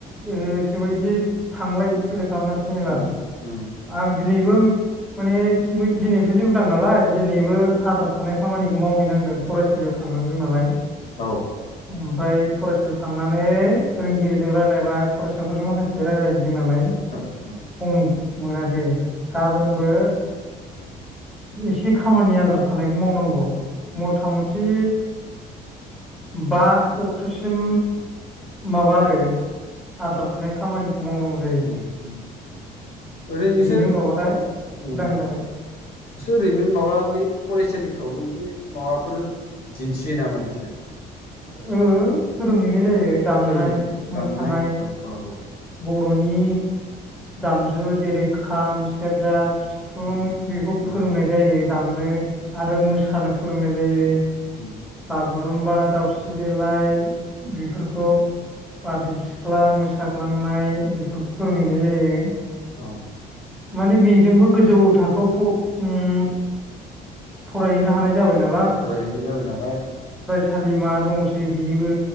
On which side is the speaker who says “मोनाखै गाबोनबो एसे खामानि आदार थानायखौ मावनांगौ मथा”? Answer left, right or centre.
Centre